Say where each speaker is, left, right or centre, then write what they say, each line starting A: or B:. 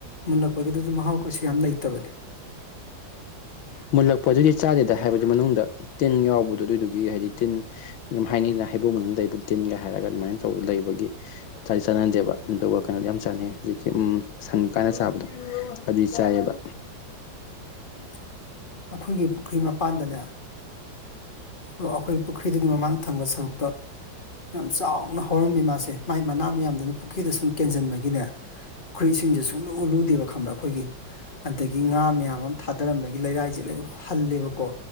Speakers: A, on the left (about 25°); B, on the left (about 85°).
A: ꯃꯨꯟꯜꯂꯛꯄꯒꯤꯗꯨꯗꯤ ꯃꯍꯥꯎ ꯀꯩꯁꯨ ꯌꯥꯝ ꯂꯩꯇꯕꯅꯦ
B: ꯃꯨꯜꯂꯛꯄ ꯑꯗꯨꯗꯤ ꯆꯥꯗꯦꯗ ꯍꯥꯏꯕꯗꯤ ꯃꯅꯨꯡꯗ ꯇꯤꯟ ꯌꯥꯎꯕꯗꯣ ꯑꯗꯨꯏꯗꯨꯒꯤ ꯍꯥꯏꯗꯤ ꯇꯤꯟ ꯍꯥꯏꯅꯤꯅ ꯍꯥꯏ ꯏꯕꯨꯡ ꯃꯅꯨꯡꯗ ꯂꯩ ꯑꯩꯕꯨ ꯇꯤꯟꯒ ꯍꯥꯏꯔꯒ ꯑꯗꯨꯃꯥꯏꯅ ꯇꯧꯔ ꯂꯩꯕꯒꯤ ꯆꯥꯟꯅꯗꯦꯕ ꯑꯗꯨ ꯑꯗꯨꯒ ꯀꯩꯅꯣꯗ ꯌꯥꯝ ꯆꯥꯟꯅꯩ ꯍꯧꯖꯤꯛ ꯁꯟꯉꯤ ꯀꯥꯟ ꯆꯥꯕꯗꯣ ꯑꯗꯨꯗꯤ ꯆꯥꯏꯑꯕ
A: <inaudible> ꯑꯩꯈꯣꯏꯒꯤ ꯄꯨꯈ꯭ꯔꯤ ꯃꯄꯥꯟꯗꯅꯦ ꯑꯥ ꯑꯩꯈꯣꯏ ꯄꯨꯈ꯭ꯔꯤꯒꯤ ꯃꯃꯥꯡ ꯊꯪꯕ ꯁꯔꯨꯛꯇꯣ ꯌꯥꯝ ꯆꯥꯎꯅ ꯍꯧꯔꯝꯃꯤ ꯃꯥꯁꯦ ꯃꯥꯏ ꯃꯅꯥ ꯃꯌꯥꯝꯗꯨꯅ ꯄꯨꯈ꯭ꯔꯤꯗ ꯁꯨꯝ ꯀꯦꯟꯁꯤꯟꯕꯒꯤꯅꯦ ꯄꯨꯈ꯭ꯔꯤ ꯁꯤꯡꯁꯦ ꯁꯨꯡꯂꯨ ꯂꯨꯗꯦꯕ ꯈꯪꯕ꯭ꯔꯥ ꯑꯩꯈꯣꯏꯒꯤ ꯑꯗꯒꯤ ꯉꯥ ꯃꯌꯥꯝ ꯑꯃ ꯊꯥꯗꯔꯝꯕꯒꯤ ꯂꯩꯔꯥꯏꯁꯦ ꯂꯣꯏ ꯍ ꯍꯜꯂꯦꯕꯀꯣ